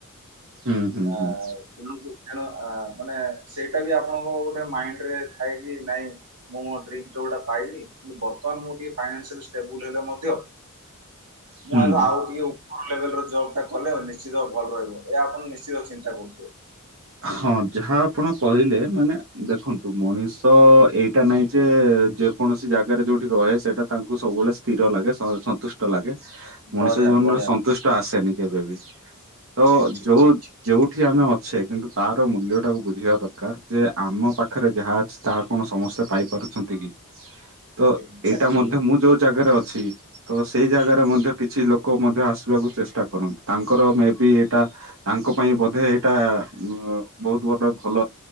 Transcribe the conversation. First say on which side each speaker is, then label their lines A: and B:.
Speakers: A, on the right; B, on the right.
A: ହୁଁ ହୁଁ
B: ଆଁ
A: ହୁଁ
B: ତେଣୁ ମାନେ ସେଇଟା ବି ଆପଣଙ୍କ ଗୋଟେ ମାଇଣ୍ଡ୍ ରେ ଥାଏ କି ନାଇଁ ମୁଁ ମୋ ଡ୍ରିମ୍ ଜବ୍ ଟା ପାଇନି କିନ୍ତୁ ବର୍ତ୍ତମାନ ମୁ ଟିକେ ଫାଇନନ୍ସିଆଲ ଷ୍ଟେବୁଲ୍ ହେଲେ ମଧ୍ୟ ମୁଁ
A: ହୁଁ।
B: ଆଗ ଆଉ ଟିକେ ଉପରୁ ଲେଭେଲ୍ ଜବ ଟା କଲେ ନିଶ୍ଚିତ ଭଲ ରହିବ ଏହା ଆପଣ ନିଶ୍ଚିତ ଚିନ୍ତା କରୁଥିବେ।
A: ହଁ ଯାହା ଆପଣ କହିଲେ ମାନେ ଦେଖନ୍ତୁ ମଣିଷ ଏଇଟା ନାଇଁ ଯେ ଯେ କୌଣସି ଜାଗାରେ ଯୋଉଠି ରହେ ସେଇଟା ତାଙ୍କୁ ସବୁବେଳେ ସ୍ଥିର ଲାଗେ ସନ୍ତୁଷ୍ଟ ତ ଲାଗେ ମଣିଷ
B: ବଢିଆ
A: ଜୀବନରେ
B: ବଢିଆ
A: ସନ୍ତୁଷ୍ଟ ଆସେନି କେବେବି। ତ
B: ଠିକ୍ ଠିକ୍
A: ଯୋଉ
B: ଠିକ୍ ଠିକ୍ ଠିକ୍
A: ଯେଉଠି ଆମେ ଅଛେ କିନ୍ତୁ ତାର ମୂଲ୍ୟଟାକୁ ବୁଝିବା ଦରକାର ଯେ ଆମ ପାଖରେ ଯାହା ଅଛି ତାହା କଣ ସମସ୍ତେ ପାଇପାରୁଛନ୍ତି? <unintelligible> ତ
B: ଏକ୍ସାକ୍ଟଲି
A: ଏଇଟା ମଧ୍ୟ ମୁଁ ଯୋଉ ଜାଗାରେ ଅଛି ତ ସେଇ ଜାଗାରେ
B: ଏକ୍ସାକ୍ଟଲି
A: ମଧ୍ୟ କିଛି ଲୋକ ମ <unintelligible> ତ ଆସିବାକୁ ଚେଷ୍ଟା କରନ୍ତି ତାଙ୍କର ମେ ବି ଏଇଟା ତାଙ୍କ ପାଇଁ ବୋଧେ ଏଇଟା ଉମ୍ ବହୁତ ବଡ ଭଲ